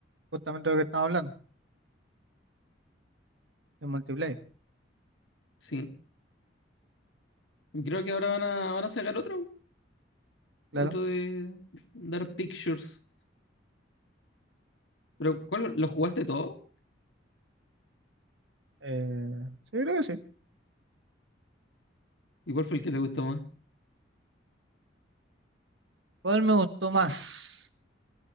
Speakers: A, on the right; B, on the left.
A: justamente lo que estamos hablando, de multiplayer,
B: Sí, Y creo que ahora van a, van a sacar otro,
A: claro.
B: otro de Dark Pictures. Pero, ¿cuál, lo jugaste todo?
A: Eh, sí, creo que sí.
B: ¿Y cuál fue el que te gustó más?
A: ¿Cuál me gustó más?